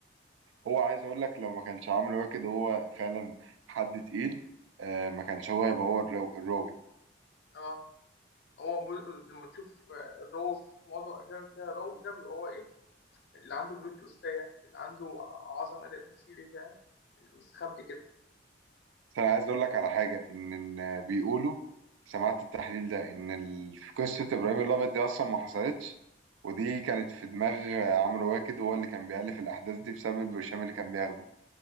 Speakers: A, on the right (about 85°); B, on the left (about 60°).
A: هو عايز اقول لك لو ما كانش عمرو واكد هو فعلا حد تقيل آه ما كانش هو هيبقى هو الرو- الراوي
B: اه هو بو... لما تشوف آه، الرو في معظم الافلام اللي فيها رو ده بيبقى هو ايه اللي عنده بلوت تويستاية اللي عنده عظمه اداء تمثيلي فاهم المستخبي كده
A: بس انا عايز اقول لك على حاجه ان, إن بيقولوا سمعت التحليل ده ان ال- في قصه ابراهيم الابيض دي اصلا ما حصلتش ودي كانت في دماغ عمرو واكد وهو اللي كان بيألف الاحداث دي بسبب البرشام اللي كان بياخده